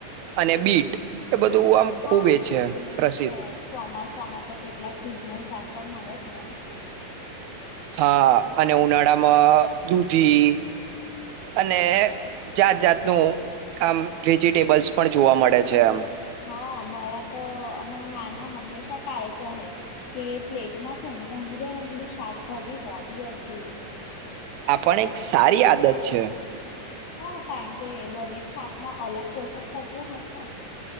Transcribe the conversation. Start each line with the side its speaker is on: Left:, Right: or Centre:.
Right: અને બીટ એ બધું આમ
Left: હા
Right: ખુબ છે
Left: એ તો
Right: પ્રસિદ્ધ
Left: છે ચોમાસામાં તો કેટલાક સિઝનલ શાક પણ મળે. હલ્લો.
Right: હા અને ઉનાળામાં દૂધી અને જાત જાતનું આમ વેજિટેબલ્સ પણ જોવા મળે છે આમ.
Left: હા મારા તો અમાર નાના હંમેશા કા કહે કે પ્લેટમાં છે ને રંગબેરંગી શાકભાજી હોવી જ જોઈએ.
Right: આ પણ એક સારી આદત છે.
Left: હા કારણ કે દરેક શાકમાં અલગ પોષક તત્વો હોય ને